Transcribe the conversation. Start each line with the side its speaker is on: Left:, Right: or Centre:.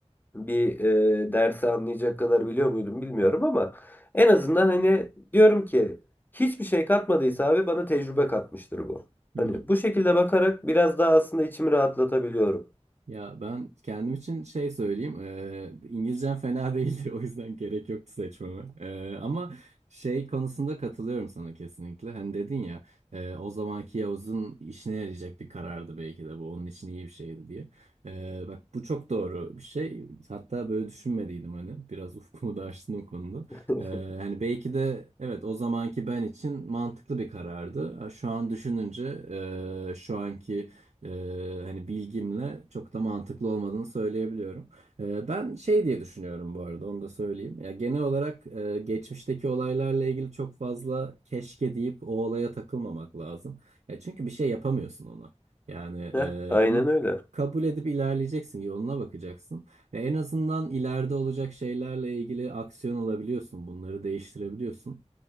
Left: bir e, dersi anlayacak kadar biliyor muydum bilmiyorum ama en azından hani diyorum ki hiçbir şey katmadıysa abi bana tecrübe katmıştır bu.
Right: Hı
Left: Hani
Right: hı.
Left: bu şekilde bakarak biraz daha aslında içimi rahatlatabiliyorum.
Right: Ya ben kendim için şey söyleyeyim. eee, İngilizcem fena değildi. <laughs> O yüzden gerek yoktu seçmeme. Eee, ama şey konusunda katılıyorum sana kesinlikle. Hani dedin ya eee, o zamanki Yavuz'un işine yarayacak bir karardı belki de bu. Onun için iyi bir şeydi diye. Eee, bak bu çok doğru bir şey. Hatta böyle düşünmediydim hani. Biraz <laughs> ufkumu da açtın o konuda.
Left: <laughs>
Right: Eee, hani belki de evet o zamanki ben için mantıklı bir karardı. Ha, Şu an düşününce eee, şu anki e, hani bilgimle çok da mantıklı olmadığını söyleyebiliyorum. E, ben şey diye düşünüyorum bu arada onu da söyleyeyim. Ya genel olarak e, geçmişteki olaylarla ilgili çok fazla keşke deyip o olaya takılmamak lazım. E, çünkü bir şey yapamıyorsun ona. Yani e,
Left: Heh, aynen
Right: onu
Left: öyle.
Right: kabul edip ilerleyeceksin, yoluna bakacaksın. Ve en azından ileride olacak şeylerle ilgili aksiyon alabiliyorsun, bunları değiştirebiliyorsun.